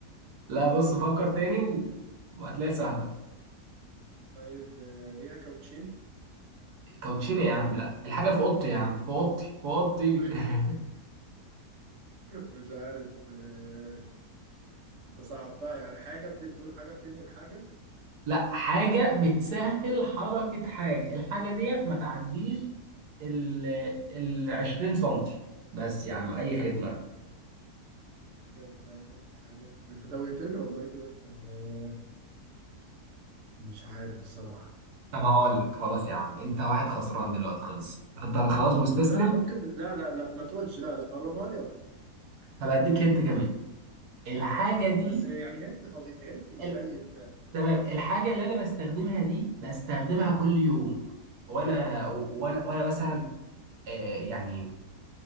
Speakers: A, on the right; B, on the right.
A: لا بص فكر تاني و- وهتلاقيها سهلة
B: طيب آه. ليها كاوتشين
A: كوتشينة يا عم لا الحاجة في أوضتي يا عم في أوضتي في أوضتي
B: <laughs>
A: <laughs>
B: مش عارف آه، انت صعبتها يعني حاجه بت... بتقول حاجه بتنقل حاجه
A: لا حاجة بتسهل حركة حاجة الحاجة ديت ما تعديش ال ال 20 سنتي بس يا عم أي خدمة
B: حاجه بتسهل حركه حاجه انت توهتني والله كده اكتر آه، مش عارف بصراحه
A: طب هقول لك خلاص يا عم أنت واحد خسران دلوقتي خلص أنت خلاص مستسلم
B: لا ممكن لا لا لا ما تقولش لا لا قربها لي اكتر
A: هبقى أديك هنت كمان الحاجة
B: ماشي
A: دي
B: بس يعني هنت خضي... هنت يبين
A: ال...
B: فعلا
A: تمام الحاجة اللي أنا بستخدمها دي بستخدمها كل يوم وأنا وأنا, وأنا مثلا آه، يعني